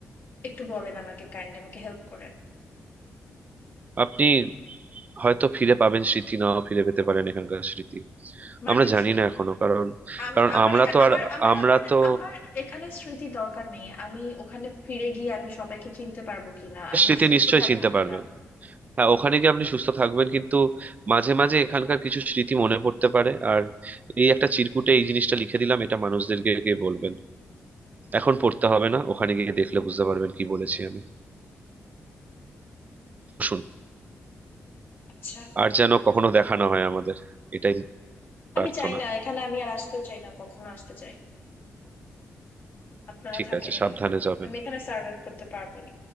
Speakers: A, on the left (about 45°); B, on the right (about 30°).
A: একটু বলেন আমাকে কাইন্ডলি আমাকে হেল্প করেন
B: আপনি হয়তো ফিরে পাবেন স্মৃতি নাও ফিরে পেতে পারেন এখানকার স্মৃতি
A: মানে
B: আমরা জানি
A: কি
B: না এখনো কারণ
A: আমি
B: কারণ
A: আমার
B: আমরা
A: এখা-
B: তো
A: আমার
B: আর
A: আমার
B: আমরা
A: আমার
B: তো
A: আমার এখানে স্মৃতি দরকার নেই আমি ওখানে ফিরে গিয়ে আমি সবাইকে চিনতে পারবো কিনা আমি
B: স্মৃতি
A: সুস্থ
B: নিশ্চয়ই
A: থাকবো
B: চিনতে
A: কিনা
B: পারবেন হ্যাঁ ওখানে গিয়ে আপনি সুস্থ থাকবেন কিন্তু মাঝে মাঝে এখানকার কিছু স্মৃতি মনে পড়তে পারে আর এই একটা চিরকুটে এই জিনিসটা লিখে দিলাম এটা মানুষদেরকে গিয়ে বলবেন এখন পড়তে হবে না ওখানে গিয়ে দেখলে বুঝতে পারবেন কি বলেছি আমি শুন
A: আচ্ছা
B: আর যেন কখনো দেখা না হয় আমাদের এটাই প্রার্থনা
A: আমি চাই না এখানে আমি আর আসতেও চাই না কখনো আসতে চাই না। আপনারা
B: ঠিক
A: থাকেন
B: আছে সাবধানে
A: এখানে
B: যাবেন
A: আমি এখানে সার্ভাইভ করতে পারবো না